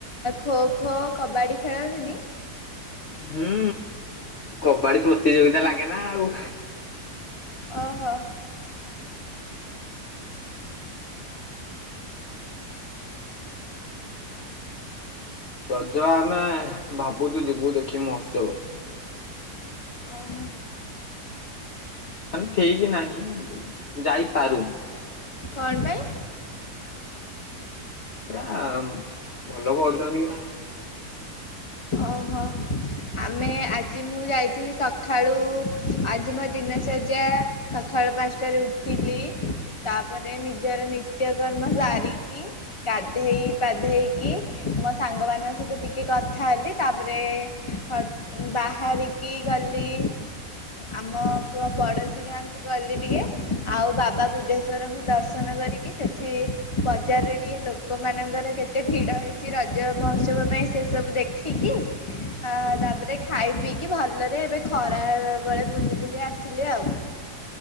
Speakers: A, on the left; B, on the left.
A: ଖୋ ଖୋ କବାଡି ଖେଳନ୍ତିନି?
B: ହୁଁ କବାଡି ପ୍ରତିଯୋଗିତା ଲାଗେ ଗେ ନା ଆଉ।
A: ଓହୋ।
B: ରଜ ଆମେ ଭାବୁଛୁ ଯିବୁ ଦେଖି ମହୋତ୍ସବ।
A: ଓହୋ
B: ମାନେ ଠିକ ନାହିଁ ଯାଇପାରୁ।
A: କଣ ପାଇଁ?
B: ପା ଭଲ କରୁଛନ୍ତି କି ନାଇଁ।
A: ଓହୋ ଆମେ ଆଜି ମୁଁ ଯାଇଥିଲି ସକାଳୁ ଆଜି ମୋ ଦିନଚଯ୍ୟା ସକାଳୁ ପାଞ୍ଚଟାରେ ଉଠିଲି ତାପରେ ନିଜର ନିତ୍ୟକର୍ମ ସାରିକି ଗାଧେଇ ପାଧେଇକି ମୋ ସାଙ୍ଗମାନଙ୍କ ସହିତ ଟିକେ କଥା ହେଲି। ତାପରେ ବାହାରିକି ଗଲି ଆମ ପଡ଼ୋଶୀ ଗାଁକୁ ଗଲି ଟିକି ଆଉ ବାବା ବୁଧେଶୂରଙ୍କୁ ଦର୍ଶନ କରିକି ସେଠି ବଜାରରେ ଟିକେ ଲୋକମାନଙ୍କର କେତେ ଭିଡ଼ ହେଇଛି ରଜ ମହୋତ୍ସବ ପାଇଁ ସେସବୁ ଦେଖି ଠିକ ତାପରେ ଖାଇ ପିଇକି ଭଲରେ ଏବେ ଖରା ବେଳେ ବୁଲି ବୁଲି ଆସିଲି ଆଉ।